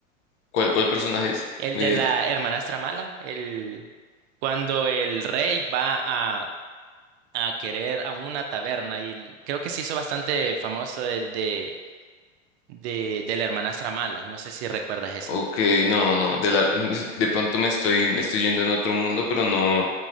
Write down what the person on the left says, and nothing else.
¿Cuál, cuál personaje es?
Eh,
Ok, no, no, de la- <laughs> de pronto me estoy, me estoy yendo en otro mundo, pero no,